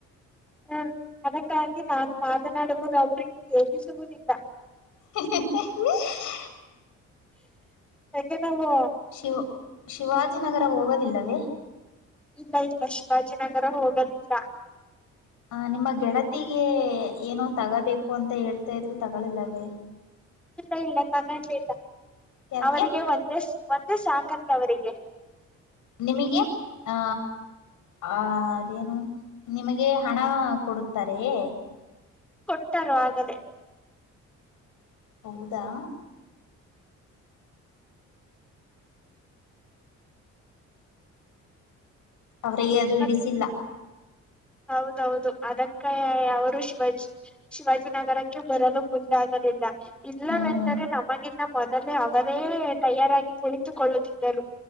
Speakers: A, in the centre; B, on the left (about 80°).
A: ಹ್ಮ್ ಅದಕ್ಕಾಗಿ ನಾನು ಮಾತನಾಡುವುದು ಅವರಿಗೆ ಕೇಳಿಸುವುದಿಲ್ಲ.
B: <unintelligible>
A: ಹಂಗೆ ನಾವು
B: ಶಿವು ಶಿವಾಜಿನಗರ ಹೋಗೋದಿಲ್ಲವೇ.
A: ಇಲ್ಲ ಇಲ್ಲ ಶಿವಾಜಿನಗರ ಹೋಗದಿಲ್ಲ.
B: ಹ ನಿಮ್ಮ ಗೆಳತಿಗೆ ಏನೋ ತಗೋಬೇಕು ಅಂತ ಹೇಳ್ತಾ ಇದ್ರಿ ತಗಲಿಲ್ಲವೇ.
A: ಇಲ್ಲ ಇಲ್ಲ ತಗಡ್ಲಿಲ್ಲ
B: ಯಾಕೆ
A: ಅವರಿಗೆ ಒಂದೇ ಒಂದೇ ಸಾಕಂತೆ ಅವರಿಗೆ.
B: ನಿಮಗೆ ಆ ಆ ಅದೇನು ನಿಮಗೆ ಹಣ ಕೊಡುತ್ತಾರೇ ಹೆ
A: ಕೊಟ್ಟಾರು ಆಗಲೇ
B: ಹೌದಾ ಅವರಿಗೆ ಅದು
A: ಮತ್
B: ಇಡಿಸಿಲ್ಲ.
A: ಹೌದೌದು ಅದಕ್ಕ ಅವರು ಶಿವಾಜ್- ಶಿವಾಜಿನಗರಕ್ಕೆ ಬರಲು ಮುಂದೆ ಆಗಲಿಲ್ಲ. ಇಲ್ಲವೆಂದರೆ
B: ಹ್ಮ್ ಹ್ಮ್
A: ನಮಗಿನ್ನ ಮೊದಲೇ ಅವರೇ ತಯಾರಾಗಿ ಕುಳಿತುಕೊಳ್ಳುತ್ತಿದ್ದರು.